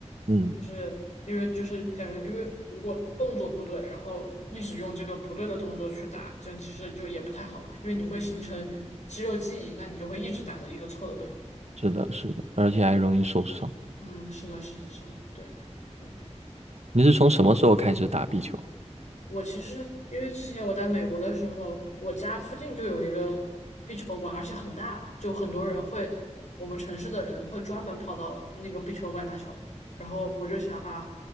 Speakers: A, on the right; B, on the left.
A: 嗯，
B: 就是因为就是感觉，因为如果动作不对，然后一直用这个不对的动作去打，这样其实就也不太好吧，因为你会形成肌肉记忆，那你就会一直打的一个错的动作。
A: 是的，是的，而且还容易受伤。
B: 嗯，是的，是的，是的，对。对。
A: 你是从什么时候开始打壁球？
B: 我其实因为之前我在美国的时候，我家附近就有一个壁球馆，而且很大，就很多人会，我们城市的人会专门跑到那个壁球馆打球。然后我就想啊，